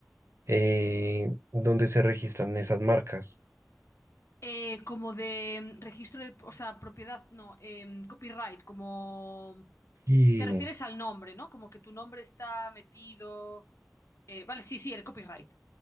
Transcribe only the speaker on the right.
eh, donde se registran esas marcas.
Y